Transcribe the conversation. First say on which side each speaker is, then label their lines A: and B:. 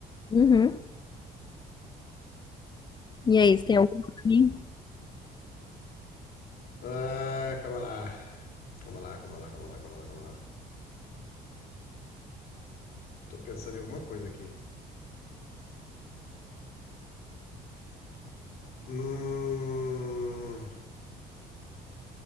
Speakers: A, on the left (about 25°); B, on the left (about 60°).
A: Uhum. E aí, você tem alguma pra mim?
B: Ah, calma lá. Calma lá, calma lá, calma lá, calma lá, calma lá. Eu tô pensando em alguma coisa aqui. Hum.